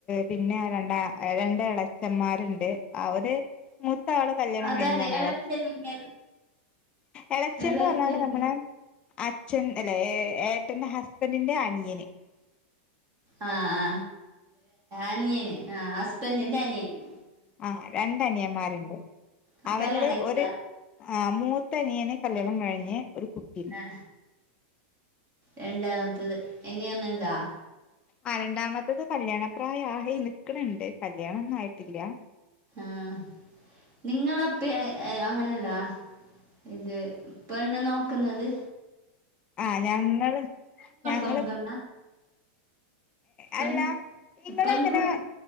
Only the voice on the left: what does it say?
പിന്നെ രണ്ട രണ്ട് ഇളച്ചന്മാരുണ്ട് അവര് മൂത്ത ആള് കല്യാണം
കഴിഞ്ഞതാണ്
അവിടെ
ഇളച്ചിന്ന്
പറഞ്ഞാല് നമ്മള്
അ ച്ചൻ അല്ല ഏട്ടന്റെ ഹസ്ബന്റിന്റെ അന്യന്
ആ രണ്ടനിയന്മാരുണ്ട്
അവരില്
ഒര് ആഹ് മൂത്തണിയനെ കല്യാണം കഴിഞ്ഞ് ഒരു കുട്ടിയുണ്ട്
ആ രണ്ടാമത്തത് കല്യാണ പ്രായം ആയി നിക്കണണ്ട് കല്യാണ ഒന്നും ആയിട്ടില്ല
ആഹ് ഞങ്ങള് ഞങ്ങള്
അല്ല
നിങ്ങ
എങ്ങനെ